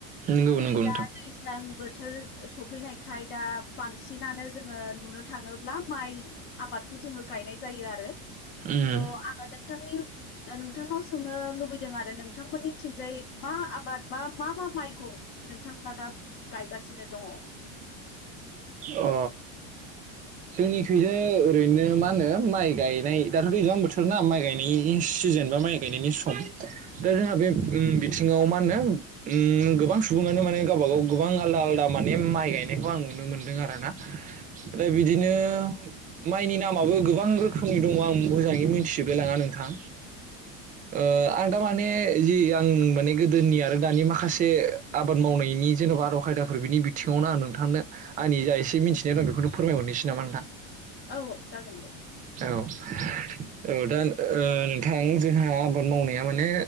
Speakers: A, on the right; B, on the left.
A: नंगौ
B: जेरै
A: नंगौ नोंथां
B: दा दैजां बोथोर सफैनायखाय दा बांसिनानो जोङो नुनो थाङोब्ला माइ आबादखौ जोङो गायनाय जायो आरो
A: उम।
B: थ' आङो नोंथांनि नोंथांनाव सोंनो लुबैदों आरो नोंथांमोननिथिंजाय मा आबाद बा मा मा माइखौ नोंथांमोना दा गायगासिनो दङ।
A: अ जोंनिखइजों ओरैनो मा होनो माइ गायनाय दाथ'' एसेबां बोथोरनाा माइ गायनायनि जेनेबा माइ गायनायनि सम दा जोंहा बे उम बिथिङाव माहोनो उम गोबां सुबुं माने गावब गाव गोबां आलदा आलदा माने माइ गायनायखौ आं नुनो मोनदों आरोना। ओमफ्राय बिदिनो माइनि नामाबो गोबां रोखोमनि दङ आं मोजाङै मिथिजोबाय लाङा नोंथां। ओ आं दामाने जि आं माने गोदोनि आरो दानि माखासे आबाद मावनाय नि जेन'बा आदब खायदाफोर बिनि बिथिङावनो आं नोंथांनो आंनि जा एसे मिथिनायं बेखौनो फोरमायहरनोसै नामा आं नोंथां?
B: औ जागोन दे।
A: औ औ दा ओ नोंथां जोंहा आबाद मावनाया माने